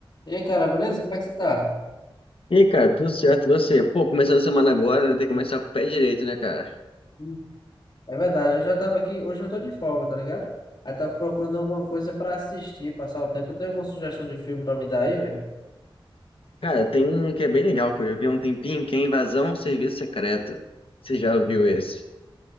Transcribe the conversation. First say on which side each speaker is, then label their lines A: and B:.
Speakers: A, on the left (about 55°); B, on the left (about 75°).
A: E aí, cara, beleza? Como é que você tá?
B: E aí, cara, tudo certo, e você? Pô, começando a semana agora, né? Tem que começar com o pé direito, né, cara?
A: Hum. É verdade, eu já tava aqui, hoje eu tô de folga, tá ligado? Aí tava procurando alguma coisa pra assistir, passar o tempo. Tu tem alguma sugestão de filme pra me dar aí, velho?
B: Cara, tem um que é bem legal que eu já vi há um tempinho, que é Invasão ao Serviço Secreto. Você já viu esse?